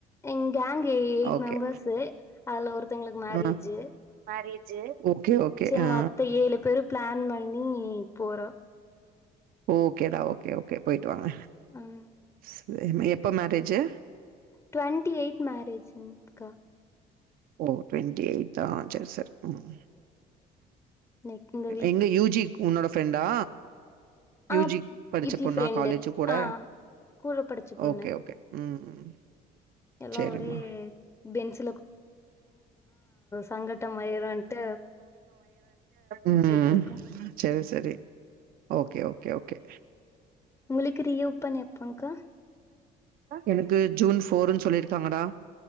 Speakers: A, on the left (about 15°); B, on the right (about 60°).
A: எங் கேங் எயிட்
B: ஓகே
A: மெம்பர்ஸு அதுல ஒருத்தங்களுக்கு மேரேஜு
B: ஆ ஓகே ஓகே
A: சரி
B: ஆ
A: மத்த ஏழு பேரு பிளான் பண்ணி போறோ
B: ஓகேடா ஓகே ஓகே போயிட்டு வாங்க
A: ம்
B: சேரிம்மா எப்ப மேரேஜு
A: டு்வெண்ட்டி எய்த் மேரேஜுங்க்கா
B: ஓ டுவெண்ட்டி எய்த்தா சேரி சேரி ம்
A: நெக் இந்த வீக்
B: எங்க யூ ஜி உன்னோட ஃப்ரெண்டா யூ
A: ஆ
B: ஜி படிச்ச
A: இஜி
B: பொண்ணா
A: ஃப்ரெண்டு
B: காலேஜ் கூட
A: ஆ கூட படிச்ச பொண்ணு
B: ஓகே ஓகே ம் ம் ம்
A: எல்லா
B: சரிம்மா.
A: ஒரே பெஞ்ச் சங்கட்டமாயிருன்ட்டு
B: ம்
A: போயிட்ருக்கோ
B: செரி செ ரி ஓகே ஓகே ஓகே
A: உங்களுக்கு ரீ ஓப்பன் எப்பங்க்கா
B: எனக்கு ஜூன் ஃபோர்ன்னு சொல்லிருக்காங்கடா